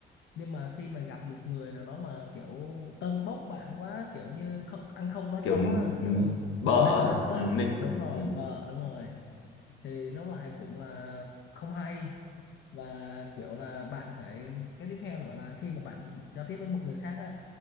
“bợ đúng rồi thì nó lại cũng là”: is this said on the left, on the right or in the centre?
Left